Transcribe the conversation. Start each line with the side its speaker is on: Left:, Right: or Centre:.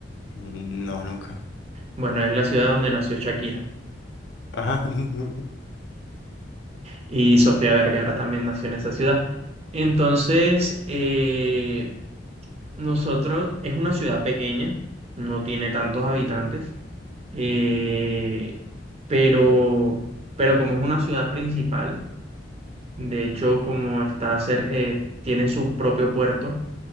Left: No, nunca.
Right: Bueno, es la ciudad donde nació Shakira
Left: Ajá. <laughs>
Right: y Sofía Vergara también nació en esa ciudad. Entonces, eh, nosotros es una ciudad pequeña, no tiene tantos habitantes, eh, pero, pero como es una ciudad principal, De hecho, como está cer- eh, tiene su propio puerto